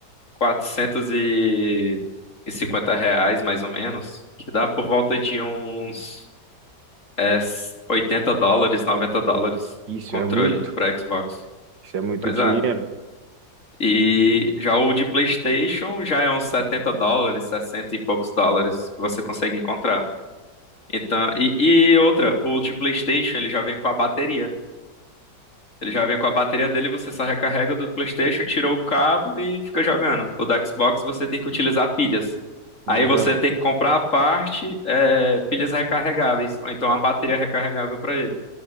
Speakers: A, on the left; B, on the right.
A: quatrocentos e cinquenta reais, mais ou menos, que dá por volta de uns é, 80 dólares, 90 dólares,
B: Isso
A: controle
B: é muito
A: para Xbox.
B: Isso é muito
A: Pois
B: dinheiro.
A: é. E já o de PlayStation já é uns 70 dólares, 60 e poucos dólares que você consegue encontrar. Então, e, e outra, o de PlayStation ele já vem com a bateria. Ele já vem com a bateria dele, você só recarrega do PlayStation, tira o cabo e fica jogando. O da Xbox você tem que utilizar pilhas.
B: Legal.
A: Aí você tem que comprar a parte, é, pilhas recarregáveis, ou então a bateria recarregável para ele.